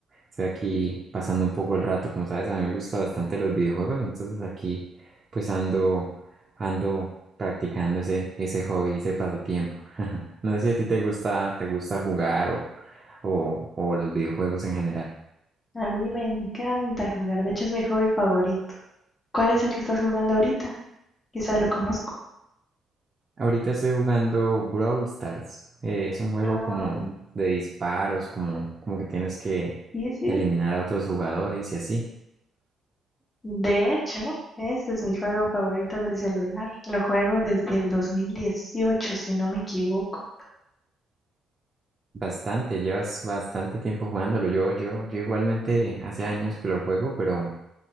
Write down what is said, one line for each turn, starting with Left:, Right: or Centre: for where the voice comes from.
Right: estoy aquí pasando un poco el rato, como sabes, a mí me gustan bastante los videojuegos, entonces aquí pues ando, ando practicando ese, ese hobby, ese pasatiempo. <laughs> No sé si a ti te gusta, te gusta jugar o, o, o los videojuegos en general.
Left: A mí me encanta jugar, de hecho es mi hobby favorito. ¿Cuál es el que estás jugando ahorita? Quizá lo conozco.
Right: Ahorita estoy jugando Brawl Stars. Eh, es un juego
Left: Ah,
Right: como de disparos, como, como que tienes que
Left: sí, sí.
Right: eliminar a otros jugadores y así.
Left: De hecho, ese es mi juego favorito del celular. Lo juego desde el 2018, si no me equivoco.
Right: Bastante, llevas bastante tiempo jugándolo. Yo, yo, yo igualmente hace años que lo juego, pero,